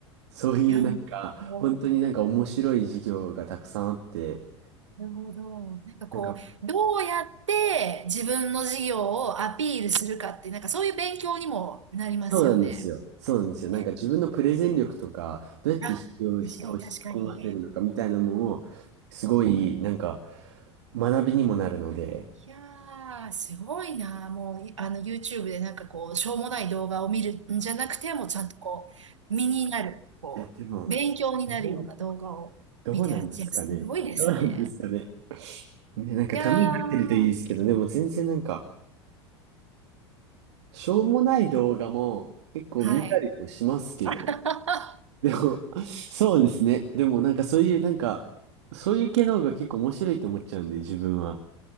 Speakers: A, on the right; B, on the right.
A: そういうなんか、
B: いや、も
A: 本当になんか面白い事業がたくさんあって、
B: う、なるほど。なんかこう、
A: なんか、
B: どうやって自分の事業をアピールするかって、なんかそういう勉強にもなりますよね。
A: そうなんですよ。そうなんですよ。なんか自分のプレゼン力とか、
B: へ
A: どうやって人を人を引き込ませるのかみたいなのも、
B: あ、確かに確かに。
A: すごいなんか学びにもなるので、
B: いやー、すごいな。もう、いあの、YouTube でなんかこう、しょうもない動画を見るんじゃなくて、もうちゃんとこう、身になる、こう、
A: いや、でも、
B: 勉強になるような動画を見てらっしゃる。
A: どう、どうなんですかね。
B: すごいですね。
A: どうなんですかね。ね、なんかためになってるといいですけど、
B: いやー、
A: でも全然なんか、しょうもない動画も結構見たりもしますけど。
B: はい。<laughs>
A: でも、そうですね。でもなんかそういうなんか、そういう系の方が結構面白いと思っちゃうんで、自分は。